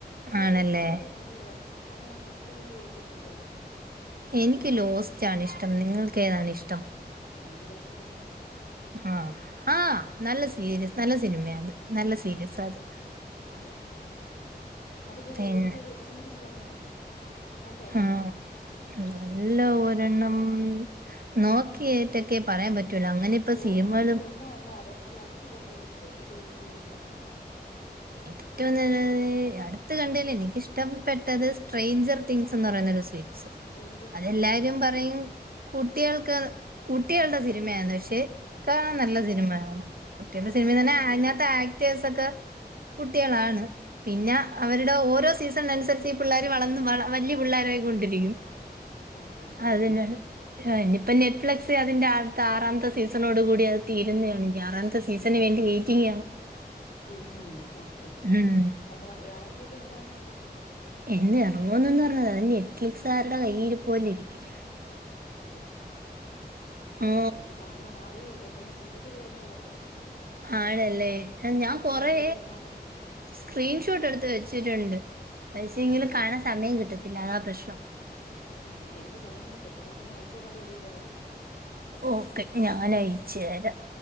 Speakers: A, on the left; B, on the right.
A: അതെ
B: ആണല്ലേ
A: ഏറ്റവും ഇഷ്ടപ്പെട്ട സിനിമയേതാ അങ്ങനെണങ്കി എക്സ്പ്ലെന്റ് മൂവി ഏറ്റവും ഇഷ്ടപെട്ടത് ഏതാ
B: എനിക്ക് ലോസ്റ്റാണ് ഇഷ്ടം നിങ്ങൾക്ക് ഏതാണ് ഇഷ്ടം
A: എനിക്ക് ലോസ്റ്റ്ന്നേ ഇഷ്ടം
B: ആഹ് ആഹ് നല്ല സീരിയസ്
A: ഉം
B: നല്ല സിനിമേ അത് നല്ല സീരിയസാ
A: ഉം
B: അത്
A: അതെ അതുപോലെ
B: പിന്നെ
A: എനിക്കൊരു സീരീസ് പറഞ്ഞന്നാ നല്ലോര്ണ്ണം
B: ആഹ് നല്ല ഒരെണ്ണം നോക്കിട്ടൊക്കെ പറയാൻ പറ്റൂല അങ്ങനെ ഇപ്പ
A: ലോസ്റ്റും
B: സിനിമകള്
A: ഫ്രെമ്മും അല്ലാതെ ഈ അടുത്ത് കണ്ട ഏറ്റവും നല്ലൊരു സീരീസ് പറഞ്താ
B: ഏറ്റവും നല്ലത് അടുത്ത് കണ്ടേൽ എനിക്കിഷ്ടപ്പെട്ടത് സ്ട്രേഞ്ചർ തിങ്സ് എന്ന് പറയുന്നൊരു <unintelligible>
A: സ്ട്രേഞ്ചർ തിങ്സ്
B: അതെല്ലാരും
A: അല്ലേ ഓക്കെ
B: പറയും കുട്ടേൾക്ക് കുട്ടികള്ടെ സിനിമേന്ന് പക്ഷെ കാണാൻ നല്ല സിനിമയാണ് കുട്ടികള്ടെ സിനിമ
A: എന്താണ്
B: തന്നെ
A: അതിന്റെ
B: അതിനകത്തെ
A: ഒരു
B: ആ ആക്ടേഴ്സ് ഒക്കെ കുട്ടേളാണ് പിന്നെ
A: ആണ്
B: അവര്ടെ ഓരോ സീസ ണനുസരിച്ച് ഈ പിള്ളേര് വളന്ന് വള വല്ലേ പിള്ളേരായി കൊണ്ടിരിക്കും
A: ആഹ് ആഹ് അങ്ങനെയാണ്
B: അതെന്നെണ് ഇനിപ്പ നെറ്റ്ഫ്ലക്സ് അതിന്റെ അട്ത്ത ആറാമത്തെ സീസണോട് കൂടി അ തീരുന്നേ ആൺ ഞ് ആറാമത്തെ സീസന് വേണ്ടി വെയിറ്റിങ്ങാണ്
A: മീറ്റിംങ്ങോ? ആഹ് ഓക്കെ ഓക്കെ
B: ഉം
A: അപ്പൊ ആറാമത്തെ സീസണെന്ന് എറങ്ങും?
B: എന്ന് എറങ്ങോന്നൊന്നും അറിഞ്ഞൂട അത് നെറ്റ്ലിക്സുകാരുടെ കയ്യിലിരിപ്പ് പോലെയിരിക്കും
A: ആണല്ലേ? അല്ല
B: ഓ
A: എനിക്ക് കാ ണണോന്ന് ആ്രഹവുണ്ട് ഇപ്പ ഞാൻ സിരിയസ്കള് തെരഞ്ഞോണ്ട് നടക്കുവ
B: ആണല്ലേ? ഞാൻ കൊറേ
A: ചുമ്മാ ഇരിക്കുമ്പോ കാണാലോ
B: സ്ക്രീൻഷോട്ട് എടുത്ത് വെച്ചിട്ടുണ്ട് പക്ഷേ
A: ആണല്ലേ
B: എങ്കില് കാണാൻ സമയം കിട്ടത്തില്ല അതാ പ്രശ്നം
A: ഓഹ് എനിക്ക് സമയം കിട്ടും അതു കൊണ്ടൊന്ന് അയച്ച് തന്നാൽ വലിയ ഉപകാരം
B: ഓക്കെ ഞാനയച്ചു തരാം